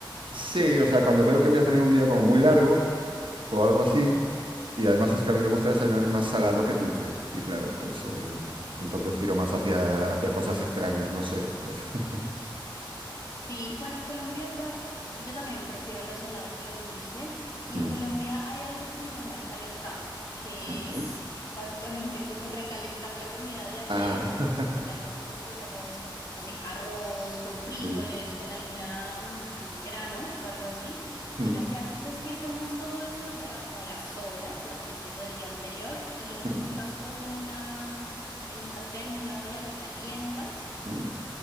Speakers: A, on the right; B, on the left.
A: Sí, o sea, cuando veo que voy a tener un día como muy largo o algo así, y además es que a mí me gusta desayunar más salado que dulce, y claro, pues eh, entonces tiro más hacia, hacia cosas extrañas, no sé. <laughs>
B: Sí, bueno, en Colombia pa- yo también prefiero lo salado que lo dulce y
A: Mm,
B: en Colombia hay algo que se llama el calentado, que
A: ujú.
B: es básicamente como recalentar la comida de ayer,
A: Ah,
B: que por
A: <laughs>
B: lo general nosotros hacemos, no sé, arroz con frijoles,
A: sí.
B: con alguna mm, grano o algo así,
A: Mm,
B: y lo que haces es que tomas todo eso de la, como de las sobras, por así decirlo, del día anterior y lo
A: mm,
B: juntas todo en una, en un sartén o en una olla, lo calientas
A: mm.